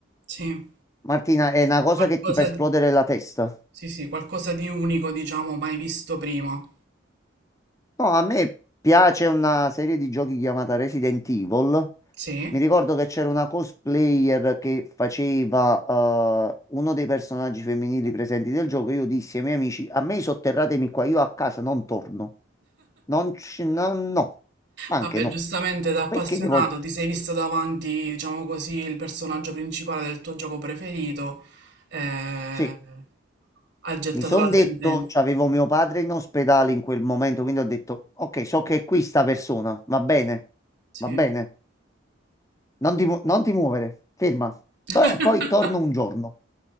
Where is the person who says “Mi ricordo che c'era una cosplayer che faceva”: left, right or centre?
Left